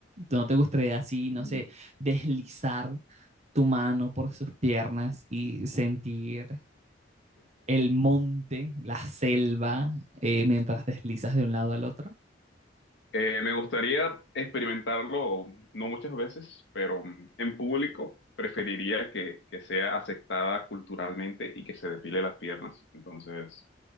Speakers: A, on the right; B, on the left.
A: ¿Tú no te gustaría así,
B: mm,
A: no sé, deslizar tu mano por sus piernas y sentir el monte, la selva, eh, mientras deslizas de un lado al otro?
B: eh, me gustaría experimentarlo, no muchas veces, pero mm, en público preferiría que, que sea aceptada culturalmente y que se depile las piernas. Entonces.